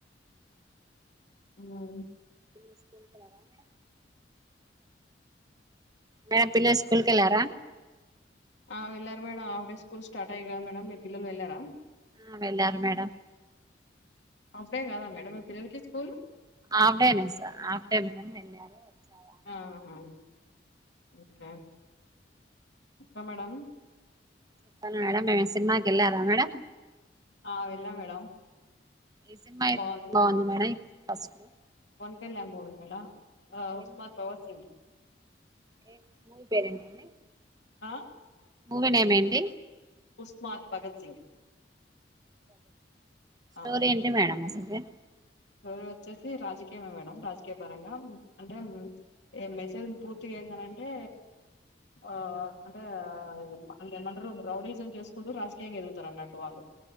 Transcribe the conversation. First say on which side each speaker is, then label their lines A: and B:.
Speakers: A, on the left; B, on the right.
A: హ్
B: అ స్కూల్ ప అారా మ మేడం పిల్లలు స్కూల్కి ఏళ్ళారా
A: ఆ వెళ్ళరు madam half day school start అయ్యయి కద మేడమ్ మీ పిల్లలు వెళ్ళరా
B: ఆ వెళ్ళారు మేడం
A: అఫ్డే కదా మేడమ్ మీ పిల్లలకి స్కూల్
B: ఆఫ్ డే నే స ఆఫ్ డే మేడం వెళ్ళరూ వచ్చారు.
A: ఆ! ఆ! ఓకే ఇంకా మేడంమ్
B: చెప్పండి మేడం మీర్ సినిమాకి వెళ్ళారా మేడం
A: ఆ వెళ్ళా మేడం.
B: ఏ సినిమా అయితే
A: బావుంది.
B: బాగుంది మేడం ఫస్ట్
A: పెళ్లాలుమొగుల్లద ఆ
B: ఏం
A: ఉస్మాద్ భగత్ సింగ్
B: ఏ మూవీ పేరంటడి.
A: ఆ
B: మూవీ నేమ్ ఏంటి
A: ఉస్మాత్ భగత్ సింగ్
B: స్టోరీ
A: ఆ!
B: ఏంటి మేడంమ్ అసలు కి
A: స్టోరీ వచ్చేసి రాజకీయమే మేడం రాజకీయ పరంగా అంటే ఏ మెసేజ్ పూర్తిగా ఏందనంటే ఆ అంటే అంటే ఏమంటరు రౌడీజం చేసుకుంటూ రాజకీయంగా ఎదుగుతారు అన్నట్టు వాళ్ళు